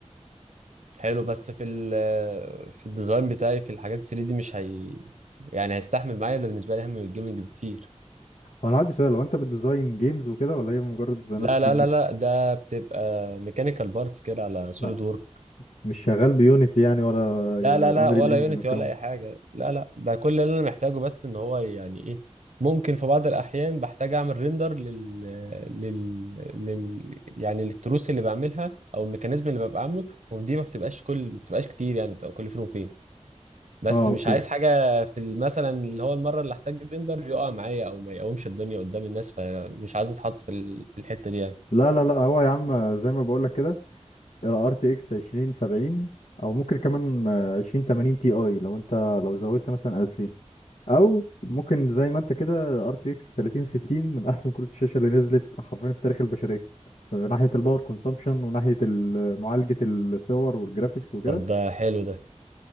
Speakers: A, on the right; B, on the left.
A: حلو بس في ال في الديزاين بتاعي في الحاجات 3 دي مش هي يعني هيستحمل معايا ده بالنسبة لي أهم من الجيمنج بكتير
B: هو انا عندي سؤال هو انت بتديزاين جيمز وكده ولا هي مجرد ديزاينات
A: لا
B: 3
A: لا
B: دي
A: لا لا ده بتبقى ميكانيكال بارتس كده على سوليد
B: لا
A: وورك
B: مش شغال بيونيتي يعني ولا
A: لا لا لا
B: انريل
A: ولا
B: انجن
A: يونيتي
B: والكلام
A: ولا أي
B: ده
A: حاجة لا لا ده كل اللي أنا محتاجه بس إن هو يعني إيه ممكن في بعض الأحيان بحتاج أعمل ريندر لل... لل... لل يعني للتروس اللي بعملها أو الميكانيزم اللي ببقى عامله ودي ما بتبقاش كل ما بتبقاش كتير يعني بتبقى كل فين وفين بس
B: اه اوكي
A: مش عايز حاجة في ال- مثلا اللي هو المرة اللي احتاج بلندر يقع معايا او ما يقومش الدنيا قدام الناس فمش عايز اتحط في ال- في الحتة دي يعني
B: لا لا لا هو يا عم زي ما بقول لك كده ار تي اكس 2070 او ممكن كمان آه، 2080 تي اي لو انت لو زودت مثلا 2000 او ممكن زي ما انت كده ار تي اكس 3060 من احسن كروت الشاشه اللي نزلت حرفيا في تاريخ البشريه من ناحيه الباور كونسامبشن وناحيه ال- معالجه الصور والجرافيكس وكده
A: طب ده حلو ده